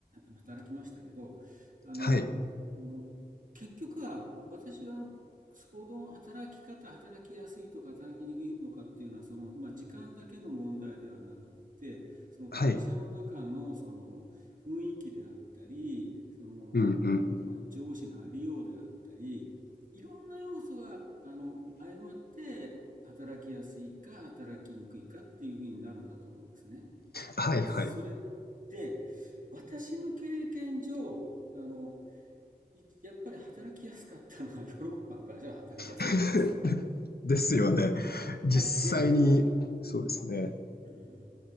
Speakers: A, on the right; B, on the left.
A: 働きましたけど、あの、
B: はい
A: あの、結局は、私はあの、行の働き方、働きやすいとか働きにくいのかっていうのは、その、まあ、時間だけの問題ではなくって、その会社の中の、
B: はい
A: その、雰囲気であったり、その、
B: うんうん。
A: まあ、上司のありようであったり、いろんな要素が、あの、相まって、働きやすいか働きにくいかっていうふうになるんだと思うんですね。
B: はいはい。
A: それって、私の経験上、あの、やっぱり働きやすかったのは <laughs> ヨーロッパの会社は働きやすかったです。
B: <laughs> ですよね。実際に、
A: はい。で、これは、うん、
B: そうですね。
A: うん。